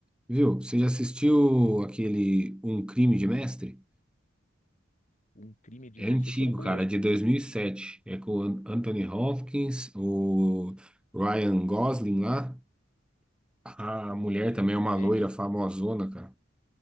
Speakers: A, in the centre; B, on the left.
A: Viu? Você já assistiu aquele Um Crime de Mestre?
B: Um crime de
A: É
B: mestre.
A: antigo,
B: Esse eu não conheço.
A: cara, é de 2007. É com o An- Anthony Hopkins, o Ryan Gosling lá. A
B: Um
A: mulher
B: crime
A: também
B: de
A: é uma
B: mestre.
A: loira famosona, cara.